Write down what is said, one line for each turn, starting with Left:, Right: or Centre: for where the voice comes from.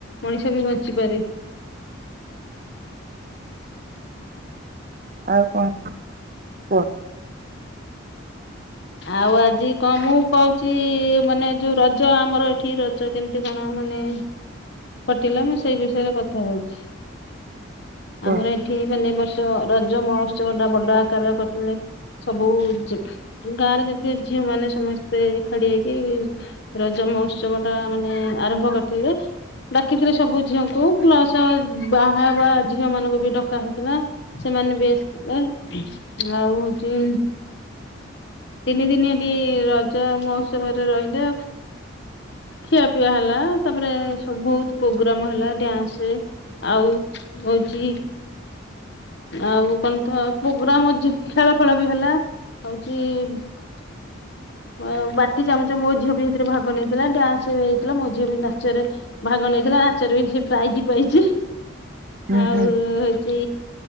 Left: ମଣିଷ ବି ବଞ୍ଚିପାରେ।
Right: ଆଉ କଣ କୁହ।
Left: ଆଉ ଆଜି କଣ ମୁଁ କହୁଛି ମାନେ ଯୋଉ ରଜ ଆମର ଏଠି ରଜ କେମିତି କଣ ମାନେ କଟିଲା ମୁଁ ସେଇ ବିଷୟରେ କଥା ହଉଛି।
Right: କୁହ
Left: ଆମର ଏଠି ମାନେ ବର୍ଷ ରଜ ମହୋତ୍ସବ ଟା ବଡ ଆକାରରେ କରିଥିଲେ ସବୁ ଝି ଗାଁ ରେ ଯେତିକ ଝିଅ ମାନେ ସମସ୍ତେ ଏକାଠି ହେଇକି ରଜ ମହୋତ୍ସବ ଟା ମାନେ ଆରମ୍ଭ କରିଥିଲେ। ଡାକିଥିଲେ ସବୁ ଝିଅଙ୍କୁ ପ୍ଲସ ବାହାହବା ଝିଅ ମାନଙ୍କୁ ବି ଡକା ହେଇଥିଲା ସେମାନେ ବି ଆସିଥିଲେ ଆଉ ହଉଛି ତିନି ଦିନି ଏଠି ରଜ ମହୋତ୍ସବରେ ରହିଲେ ଖିଆପିଆ ହେଲା ତାପରେ ବହୁତ ପ୍ରୋଗ୍ରାମ ହେଲା ଡ଼ନ୍ସ ଆଉ ହଉଛି ଆଉ କଣତ ପ୍ରୋଗ୍ରାମ ଯୋଉ ଖେଳ ଫେଳ ବି ହେଲା ହଉଛି <unintelligible> ବାଟି ଚାମଚ ମୋ ଝିଅ ବି ସେଥିରେ ଭାଗ ନେଇଥିଲା ଡ୍ୟାନ୍ସ ହେଇଥିଲା ମୋ ଝିଅ ବି ନାଚରେ ଭାଗ ନେଇଥିଲା ନାଚରେ ବି ସେ ପ୍ରାଇଜ୍ ପାଇଛି।
Right: ହୁଁ
Left: ଆଉ
Right: ହୁଁ
Left: ହଉଛି